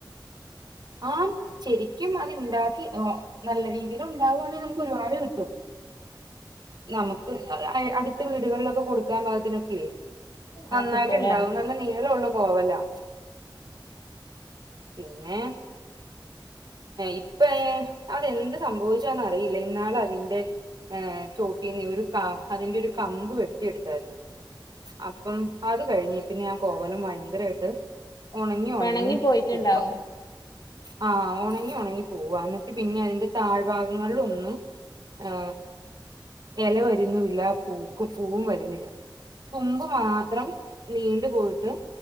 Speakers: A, on the right (about 55°); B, on the left (about 50°).
A: ആഹ് ശരിക്കും അത് ഇണ്ടാക്കി നല്ല രീതിയിൽ ഉണ്ടാവുവാണേൽ നമുക്ക് ഒരുപാട് കിട്ടും. നമുക്ക് അയ് അടുത്ത വീടുകളിലൊക്കെ കൊടുക്കാൻ പാകതിന്നൊക്കെയെ നന്നായിട്ട്
B: ആഹ് കിട്ടൂല്ലേ
A: ഇണ്ടാവും നല്ല നീളം ഉള്ള കോവലാ. പിന്നെ ഇപ്പ അതെന്ത് സംഭവിച്ചെന്ന് അറിയില്ല ഇന്നാള് അതിൻ്റെ ഏഹ് ചോട്ടിന്ന് ഒരു അതിന്റെ ഒരു കമ്പ് വെട്ടിയെടുത്തായിരുന്നു. അപ്പം അത് കഴിഞ്ഞീപിന്നെ ആ കോവലം ഭയങ്കരാട്ട് ഒണങ്ങി ഒണങ്ങി
B: പിണങ്ങി പോയിട്ടുണ്ടാവും
A: പോവാ ആ ഉണങ്ങി ഉണങ്ങി പോവ എന്നിട്ട് പിന്നെ അതിന്റെ താഴ് ഭാഗങ്ങളിൽ ഒന്നും ആ ഇല വരുന്നുല്ല പുക്കും പൂവും വരുന്നില്ല തുമ്പ് മാത്രം നീണ്ടു പോയിട്ട്